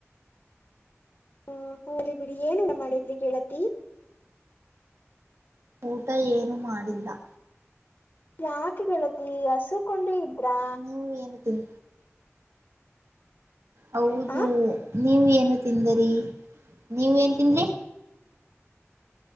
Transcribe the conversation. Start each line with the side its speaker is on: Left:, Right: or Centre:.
Left: ಹ ಹೋಲಿ ಬಿಡಿ ಏನ ಊಟ ಮಾಡಿದ್ರಿ ಗೆಳತಿ.
Right: ಊಟ ಏನು ಮಾಡಿಲ್ಲ.
Left: ಯಾಕೆ ಗೆಳತಿ ಹಸುವ ಕೊಂಡ್ರೆ ಇದ್ರಾ.
Right: ನೀವ ಏನ ತಿಂ ಹೌದು
Left: ಆ
Right: ನೀವ ಏನು ತಿಂದ್ರಿ ನೀವ ಏನ್ ತಿಂದ್ರಿ.